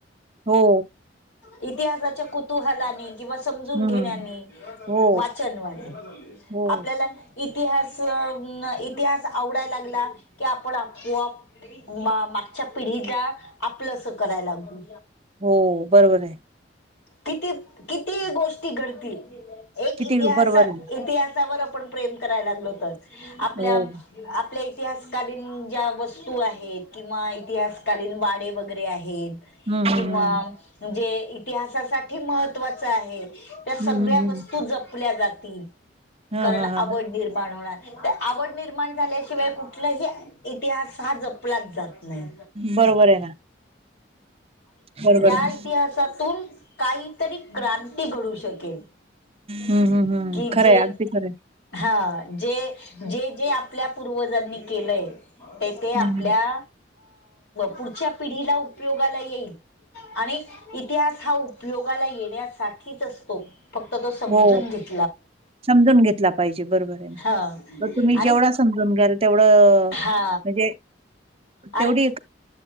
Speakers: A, on the right; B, on the left.
A: हो,
B: इतिहासाच्या कुतूहलाने किंवा, समजून
A: हम्म
B: घेण्यानी
A: हो,
B: वाचन वाढेल. <inaudible>
A: हो,
B: आपल्याला त्यइतिहास इतिहास आवडायला लागला की, आपण आपोआ मागच्या पिढीला आपलं अस कराय लागू.
A: हो बरोबर आहे.
B: किती किती गोष्टी घडतील एक
A: किती
B: इतिहाासात.
A: बरोबर आहे.
B: ते इतिहासावर आपण प्रेम करायला लागलो होतं. आपल्या
A: हो.
B: इतिहासकालीन ज्या वस्तू आहेत. किंवा इतिहासकालीन वाडे वगैरे आहेत.
A: हं, हं,
B: किंवा
A: हं.
B: जे इतिहासासाठी महत्त्वाचं आहे. त्या
A: हं,
B: सगळ्या
A: हं, हं.
B: वस्तू जपल्या जातील.
A: हां,
B: कारण
A: हां,
B: आवड
A: हां.
B: निर्माण होणार तर आवड निर्माण झाल्याशिवाय कुठलंही. इतिहास हा जपलाचं जात. नाही.
A: बरोबर आहे ना, बरोबर
B: त्या
A: आहे ना.
B: इतिहासातून काहीतरी क्रांती घडू शकते. शकेल.
A: हं, हं, हं.
B: कि जे
A: खरं आहे, अगदी खरं आहे.
B: हहः जे जे जे आपल्या पूर्वजांनी केलंय ते आपल्या.
A: हं.
B: पुढच्या पिढीला उपयोगाला येईल आणि. इतिहास हा उपयोगाला येण्यासाठीचं असतो. फक्त तो समजून
A: हो,
B: घेतो.
A: समजून घेतला पाहिजे बरोबर आहे ना
B: हा
A: तुम्ही
B: आणि
A: जेवढा समजून घ्याल तेवढं.
B: हा
A: म्हणजे
B: आणि
A: तेवढी